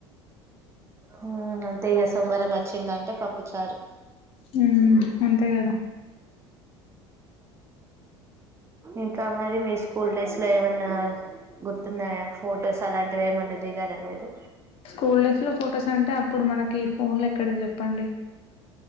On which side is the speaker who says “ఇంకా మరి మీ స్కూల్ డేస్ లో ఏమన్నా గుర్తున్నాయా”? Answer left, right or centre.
Right